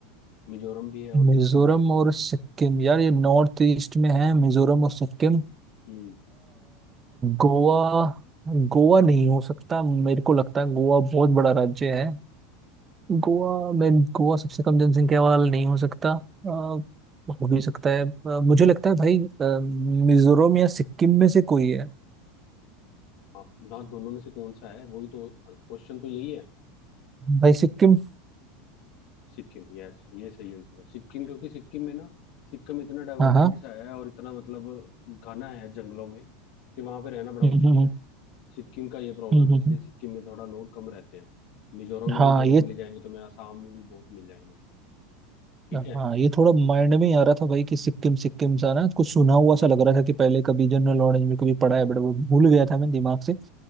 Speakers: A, on the left; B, on the right.
A: मिजोरम भी है और
B: मिजोरम
A: सिक्किम भी है
B: और सिक्किम यार ये नॉर्थ ईस्ट में है मिजोरम और सिक्किम आ,
A: हम्म
B: गोवा गोवा नहीं हो सकता मेरे को लगता है गोवा बहुत बड़ा राज्य है गोवा में गोवा सबसे कम जनसंख्या वाला नहीं हो सकता आ, हो भी सकता है आ, मुझे लगता है भाई आ, मिजोरम या सिक्किम में से कोई है
A: हाँ ना दोनों में से कौन सा है वही तो क्वेश्चन तो यही है
B: भाई सिक्किम
A: सिक्किम यस ये सही आंसर है सिक्किम क्योंकि सिक्किम में ना सिक्किम इतना डाइवर्टेड
B: हाँ हाँ
A: सा है और इतना मतलब घना है जंगलों में कि वहां पे रहना बड़ा
B: हम्म,
A: मुश्किल
B: हम्म, हम्म,
A: है सिक्किम का ये प्रॉब्लम
B: हम्म, हम्म।
A: है इसलिए
B: हम्म।
A: सिक्किम में थोड़ा लोग कम रहते हैं मिजोरम में
B: हाँ
A: भी बहुत
B: ये
A: मिल जाएंगे तुम्हें आसाम में भी बहुत मिल जाएंगे ठीक
B: हाँ
A: है
B: ये थोड़ा माइंड में ही आ रहा था भाई कि सिक्किम सिक्किम सा ना कुछ सुना हुआ सा लग रहा था कि पहले कभी जनरल नॉलेज में कभी पढ़ा है बट वो भूल गया था मैं दिमाग से